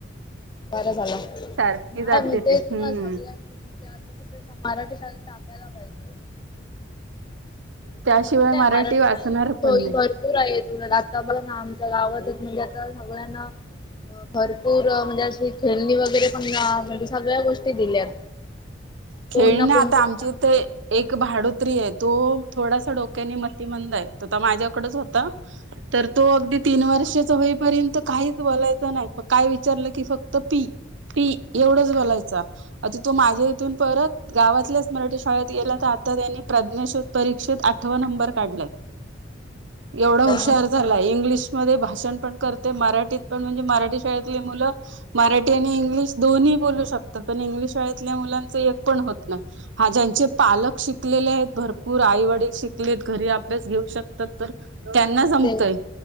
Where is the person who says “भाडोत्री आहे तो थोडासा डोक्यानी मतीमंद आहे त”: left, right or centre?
Right